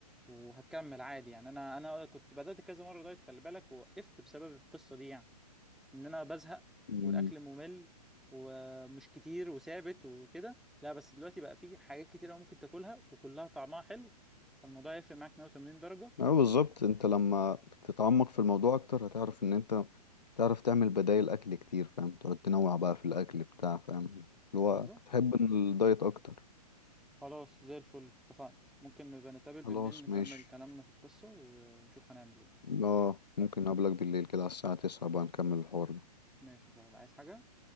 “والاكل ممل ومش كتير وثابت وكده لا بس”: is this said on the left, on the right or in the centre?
Centre